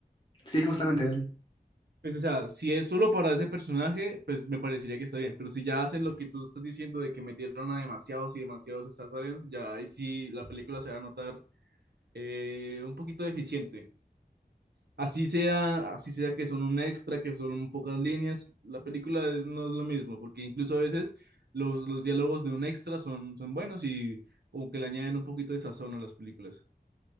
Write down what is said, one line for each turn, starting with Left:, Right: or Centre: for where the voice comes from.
Left: Sí, justamente él.
Right: Pues, o sea, si es solo para ese personaje, pues me parecería que está bien, pero si ya hacen lo que tú estás diciendo de que metieron a demasiados y demasiados Star Talents, ya ahí sí la película se va a notar eh, un poquito deficiente. Así sea, así sea que son un extra, que son pocas líneas, la película es- no es lo mismo, porque incluso a veces los, los diálogos de un extra son, son buenos y como que le añaden un poquito de sazón a las películas.